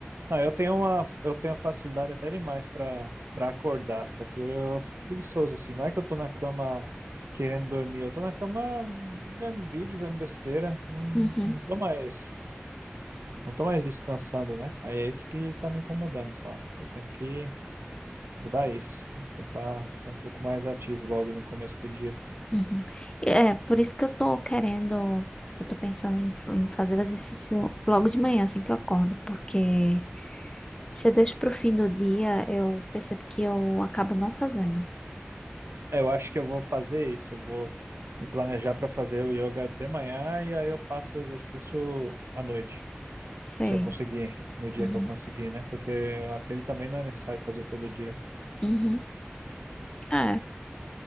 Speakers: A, on the right; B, on the left.
A: Não, eu tenho uma, eu tenho facilidade até demais pra para acordar, só que eu fico preguiçoso assim. Não é que eu tô na cama querendo dormir, eu tô na cama vendo vídeo, vendo besteira, não,
B: Uhum,
A: não tô mais, não tô mais descansando, né? Aí é isso que tá me incomodando só. Eu tenho que mudar isso, né? Tentar ser um pouco mais ativo logo no começo do dia.
B: uhum. E É, por isso que eu tô querendo, eu tô pensando em, em fazer o exercício logo de manhã, assim que eu acordo, porque se eu deixo pro fim do dia, eu percebo que eu acabo não fazendo.
A: É, Eu acho que eu vou fazer isso. Eu vou me planejar para fazer o yoga de manhã e aí eu faço o exercício à noite,
B: Sei.
A: se eu conseguir, no dia
B: Uhum.
A: que eu conseguir, né? Porque aquele também não é necessário fazer todo dia.
B: Uhum. Ah,